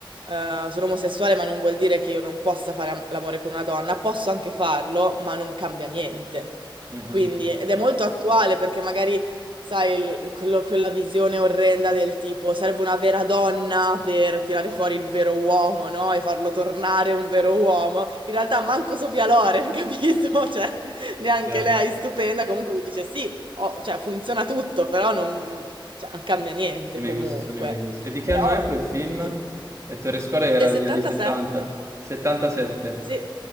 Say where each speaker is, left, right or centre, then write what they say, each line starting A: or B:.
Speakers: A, on the right; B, on the right.
A: Ehm, sono omosessuale, ma non vuol dire che io non possa fare am l'amore con una donna. Posso anche farlo, ma non cambia niente.
B: mm, mm.
A: Quindi ed è molto attuale perché magari, sai, il quello quella visione orrenda del tipo: serve una vera donna per tirare fuori il vero uomo, no, e farlo tornare un vero uomo. In realtà manco Sofia Loren, <laughs> capito, cioè neanche
B: Certo.
A: lei è stupenda, comunque mi dice: "Sì, ho cioè funziona tutto, però non cioè non cambia niente
B: I miei
A: comunque".
B: gusti sono i miei gusti. E di che
A: Però,
B: anno è quel film?
A: cioè,
B: E Torre Scuola era
A: del
B: degli
A: 77,
B: anni 70? 77.
A: sì,